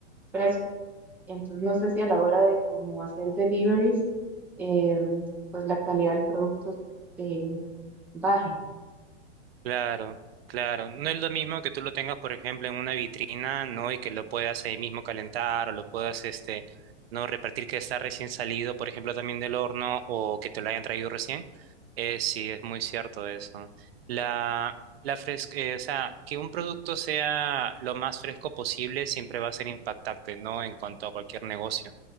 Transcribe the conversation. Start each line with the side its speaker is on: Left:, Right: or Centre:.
Centre: fresco. Entonces no sé si a la hora de cómo hacer deliveries, eh, pues la calidad del producto eh, baje.
Right: Claro, claro. No es lo mismo que tú lo tengas, por ejemplo, en una vitrina, ¿no? Y que lo puedas ahí mismo calentar o lo puedas, este, no repartir que está recién salido, por ejemplo, también del horno o que te lo hayan traído recién. Eh, sí, es muy cierto eso. La, la fresca, o sea, que un producto sea lo más fresco posible siempre va a ser impactante, ¿no? En cuanto a cualquier negocio.